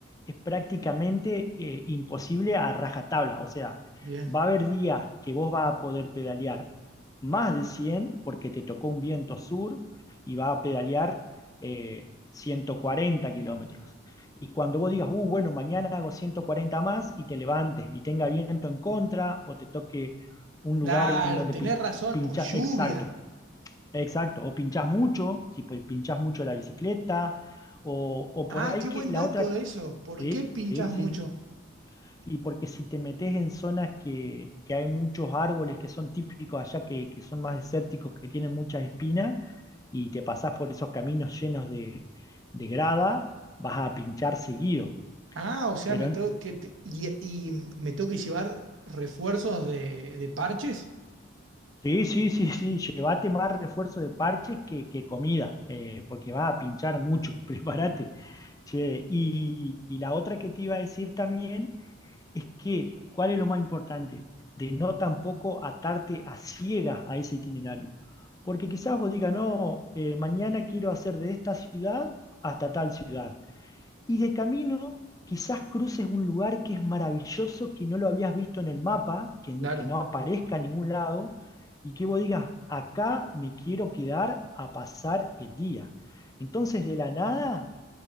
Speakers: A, on the left (about 20°); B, on the right (about 80°).
A: es prácticamente eh, imposible a rajatabla. O sea,
B: Bien.
A: va a haber días que vos vas a poder pedalear más de 100 porque te tocó un viento sur y vas a pedalear eh, 140 kilómetros. Y cuando vos digas, uh, bueno, mañana hago 140 más y te levantes y tenga viento en contra o te toque un lugar
B: Claro,
A: en donde
B: tenés
A: pi-
B: razón.
A: pinchas,
B: O lluvia.
A: exacto, exacto, o pinchas mucho, si pues, pinchás mucho la bicicleta, o, o por
B: Ah,
A: ahí
B: qué
A: que
B: buen
A: la
B: dato
A: otra,
B: eso. ¿Por
A: sí,
B: qué pinchas
A: sí, sí.
B: mucho?
A: Y porque si te metes en zonas que, que hay muchos árboles que son típicos allá, que, que son más desérticos, que tienen muchas espinas, y te pasás por esos caminos llenos de, de grada, vas a pinchar seguido.
B: Ah, o sea,
A: Pero
B: me tengo que te- y, y, mm, me tengo que llevar refuerzos de, de parches.
A: sí, sí, sí, sí, llévate más refuerzo de parches que, que comida, eh, porque va a pinchar mucho, <laughs> prepárate. Che, y, y la otra que te iba a decir también es que, ¿cuál es lo más importante? De no tampoco atarte a ciegas a ese itinerario. Porque quizás vos digas, no, eh, mañana quiero hacer de esta ciudad hasta tal ciudad. Y de camino, quizás cruces un lugar que es maravilloso, que no lo habías visto en el mapa, que,
B: Claro,
A: que no aparezca en ningún lado, y que vos digas, acá me quiero quedar a pasar el día. Entonces, de la nada,